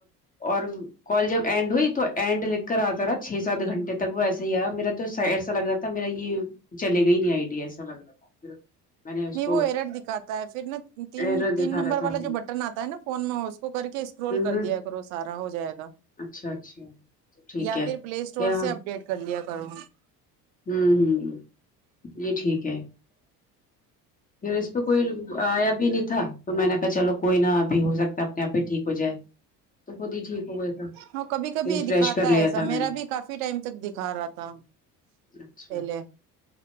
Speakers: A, on the left; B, on the right.
A: اور کال جب اینڈ ہوئی تو اینڈ لکھ کر آتا رہا چھ سات گھنٹے تک وہ ایسا ہی آیا میرا تو س ایسا لگ رہا تھا میرا یہ چلے گئی نہیں آئیڈی ایسا لگ رہا تھا میں نے اس
B: نہیں
A: کو
B: وہ ایرٹ دکھاتا ہے پھر نا تین
A: ایرر
B: تین
A: دکھا
B: نمبر
A: رہا تھا
B: والا
A: ہوں
B: جو بٹ آتا ہے نا فون میں اس کو کر کے اس ول کر
A: ہوں
B: دیا کرو سارا ہو جائے گا
A: اچھا اچھا ٹھیک
B: یا
A: ہے
B: پھر پلے اسٹور
A: کیا
B: سے اپڈیٹ کر لیا کرو
A: ہمم ھمم یہ ٹھیک ہے پھر اس پہ کوئی آیا بھی نہیں تھا تو میں نے کہا چلو کوئی نہ ابھی ہو سکتا ہے اپنے آپ ہی ٹھیک ہو جائے تو خود ہی ٹھیک ہوا تھا
B: وہ کبھی کبھی
A: ریفریش
B: دکھاتا
A: کر لیا
B: ہے ایسا
A: تھا میں
B: میرا
A: نے
B: بھی کافی ٹائم تک دکھا رہا تھا
A: اچھا
B: پہلے